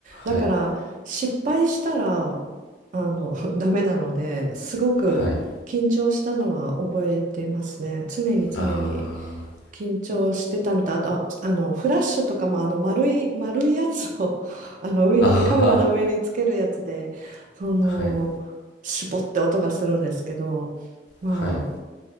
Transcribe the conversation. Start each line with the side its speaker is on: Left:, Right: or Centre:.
Right: だから、
Left: はい、
Right: 失敗したら、あの、<laughs> ダメなので、すごく緊張したのは覚えてますね。
Left: はい。
Right: 常に常に。
Left: あ
Right: 緊張してたのと、あと、あの、フラッシュとかも、あの、丸い、丸いやつを <laughs> あの、上に、
Left: あ、
Right: カメラの上につけるやつで、
Left: あー
Right: その、
Left: はい、
Right: 絞って音がするんですけど、ま
Left: はい。